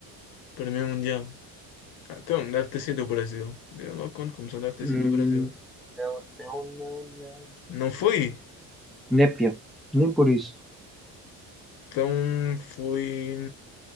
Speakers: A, on the left; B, in the centre.
A: primeiro Mundial. Ah, então, deve ter sido o Brasil. Deu logo quando começou, deve ter
B: Hum,
A: sido o Brasil.
B: não, não, não, não.
A: Não foi?
B: Népia. Nem por isso.
A: Então foi.